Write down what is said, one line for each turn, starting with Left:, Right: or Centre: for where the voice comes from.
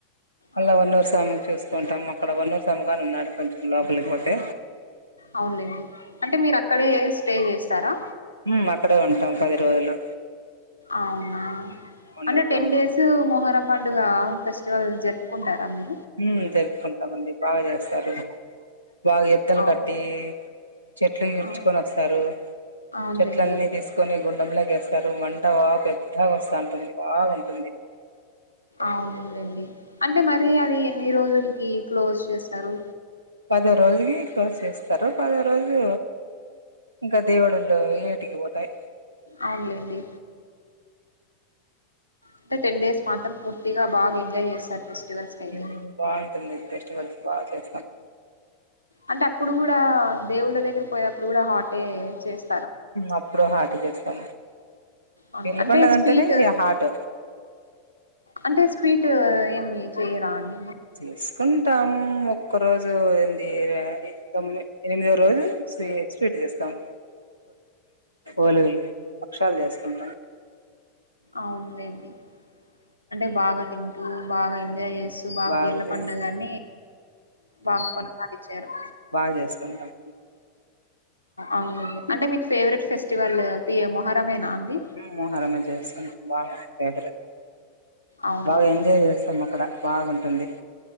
Right: అలా
Left: అవును
Right: <unintelligible> సామీ <unintelligible> కొంతం అక్కడ వన్న <unintelligible> సమగాను ఉన్నాడు కొంచెం లోపలికి ఒకటి
Left: అవునులేండి అంటే మీరు అక్కడే స్టే చేస్తారా
Right: మ్మ్ అక్కడే ఉంటాం పది రోజులు
Left: అవునా
Right: వన్నూరు
Left: అంటే టెన్
Right: స్వామి
Left: డేస్ మొహరం పండుగ ఫెస్టివల్ జరుపుకుంటారా మీరు
Right: హ్మ్ జరుపుకుంటామండి బాగా చేస్తారు బాగా ఎద్దలు
Left: అవును
Right: కట్టి చెట్లు ఎడ్చుకొని
Left: అవును
Right: వస్తారు
Left: అవునులేండి
Right: చెట్లన్నీ తీసుకొని గు లా <unintelligible> వేస్తారు మం అ పెద్దగోస్తాంది ఉంటుంది <unintelligible> బాగాగుంటుంది
Left: అవునులెండి అంటే మరి అది ఎన్ని రోజులకి క్లోజ్ చేస్తారు
Right: పదో రోజుకి క్లోజ్ చేస్తారు పదో రోజు ఇంకా దేవుడులు ఎటికి పోతాయి
Left: అవునులేండి అంటే టెన్ డేస్ మాత్రం పూర్తిగా బాగా ఎంజాయ్ చేస్తారు ఫెస్టివల్స్ కయితే
Right: మ్మ్ <unintelligible> ఫెస్టివల్స్ బాగా చేస్తాం
Left: అంటే అప్పుడు కూడా దేవుళ్ళ దగ్గర పోయనప్పుడు కూడా హాటే చేస్త
Right: అప్పుడు హాట్ చేస్తాం
Left: అవును
Right: పీర్ల పండగ
Left: స్వీట్
Right: అంటే నే హాట్
Left: అంటే స్వీట్ ఏమి చెయరా అండి మీరు
Right: చేసుకుంటాము ఒక్క రోజు ఏంది తొమ్మి ఎనిమిదో రోజు స్వీ స్వీట్ చేస్తాము ఓలుగులు పక్షాలు చేసుకుంటాం
Left: అవునులేండి అంటే బాగా తింటూ బాగా ఎంజాయ్ చే సుభాగ
Right: బాగా
Left: పీర్ల పడుగాని బాగా కొనసాగించారు
Right: బాగా చేసుకుంటాం
Left: అవునండి అంటే మీకు ఫేవరెట్ ఫెస్టివల్ పి మొహరమేనా అండి
Right: మోహరమ చేస్తాను బా <unintelligible>
Left: అవునులేండి
Right: బాగా ఎంజాయి చేస్తాం అక్కడ బాగుంటుంది